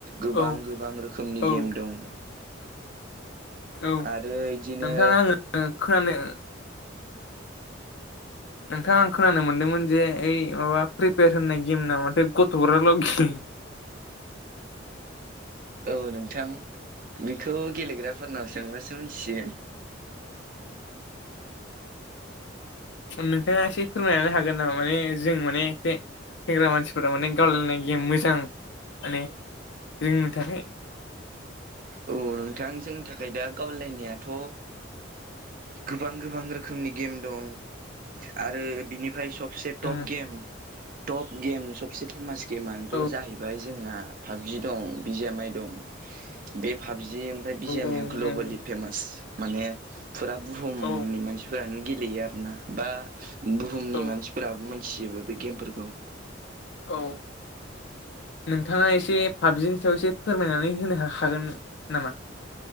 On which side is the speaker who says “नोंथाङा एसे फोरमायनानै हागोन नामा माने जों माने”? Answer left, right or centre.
Left